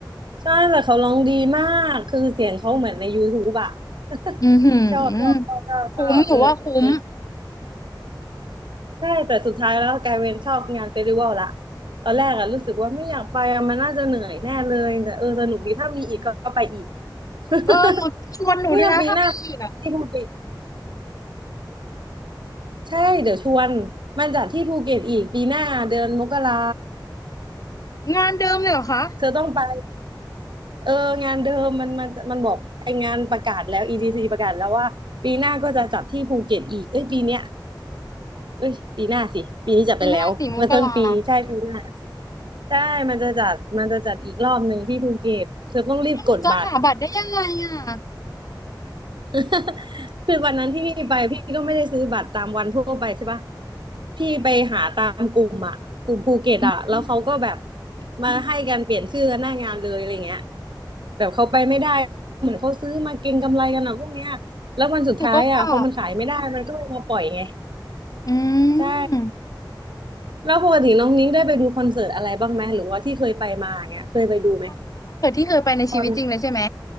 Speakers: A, on the right; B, on the left.
A: ใช่แต่เขาร้องดีมากคือเสียงเขาเหมือนใน YouTube อ่ะ <laughs>
B: อือหื
A: ชอบชอบชอบชอบชอบเออเออ
B: อคุ้มหนูว่าคุ้ม
A: ใช่แต่สุดท้ายแล้วกลายเป็นชอบงานเฟสติวัลละตอนแรกอ่ะรู้สึกว่าไม่อยากไปอะมันน่าจะเหนื่อยแน่เลยแต่เออสนุกดีถ้ามีอีกก็ก็ไปอีก <laughs>
B: เออหนูชวนหนูด้วยนะถ้ามีอีกอะ
A: เนี่ยปีหน้าที่ภูเก็ตใช่เดี๋ยวชวนมันจัดที่ภูเก็ตอีกปีหน้าเดือนมกรา
B: งานเดิมเลยเหรอคะ
A: เธอต้องไป เอองานเดิมมันมันมันบอกไองานประกาศแล้ว EDC ประกาศแล้วว่าปีหน้าก็จะจัดที่ภูเก็ตอีกเอ้ยปีเนี้ยเอ้ยปีหน้าสิปีนี้จัดไปแล้วเมื่อต้นปีใช่ปีหน้า
B: ปีหน้าสี่มกรา
A: ใช่มันจะจัดมันจะจัดอีกรอบหนึ่งที่ภูเก็ตเธอต้องรีบกดบัตร
B: แล้วหนูจะหาบัตรได้ยังไงอ่ะ
A: <laughs> คือวันนั้นที่พี่ไปพี่ก็ไม่ได้ซื้อบัตรตามวันทั่วไปใช่ปะพี่ไปหาตามกลุ่มอ่ะกลุ่มภูเก็ตอ่ะแล้วเขาก็แบบ
B: อืม
A: มาให้กันเปลี่ยนชื่อกันหน้างานเลยอะไรเงี้ยแบบเขาไปไม่ได้เหมือนเขาซื้อมาเก็งกำไรกันอ่ะพวกเนี้ยแล้ววันสุดท้ายอ่ะพอมันขายไม่ได้มันก็เลยมาปล่อยไง
B: หนูก็ว่าอื
A: ใช่
B: ม
A: แล้วปกติน้องนิ้งได้ไปดูคอนเสิร์ตอะไรบ้างไหมหรือว่าที่เคยไปมาอย่างเงี้ยเคยไปดูไหม
B: คอนเสิร์ตที่เคยไปในชีวิตจริงเลยใช่ไหม
A: ชอน